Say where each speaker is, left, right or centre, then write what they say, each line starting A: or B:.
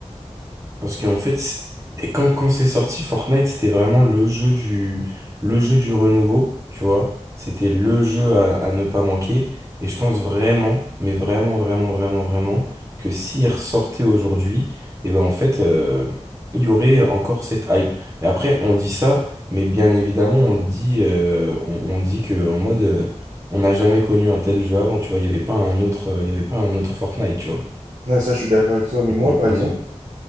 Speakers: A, on the right; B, on the right.
A: Parce qu'en fait, c'est- et quand, quand c'est sorti, Fortnite, c'était vraiment le jeu du, le jeu du renouveau, tu vois. C'était le jeu à, à ne pas manquer. Et je pense vraiment, mais vraiment, vraiment, vraiment, vraiment, que s'il ressortait aujourd'hui, et ben en fait, euh, il y aurait encore cette hype. Et après, on dit ça, mais bien évidemment, on le dit, euh, on, on dit que en mode, euh, on n'a jamais connu un tel jeu avant, tu vois. Il n'y avait pas un autre, euh, il y avait pas un autre Fortnite, tu vois.
B: Ouais, ça, je suis d'accord avec toi, mais moi,
A: On,
B: par
A: on
B: exemple,
A: est...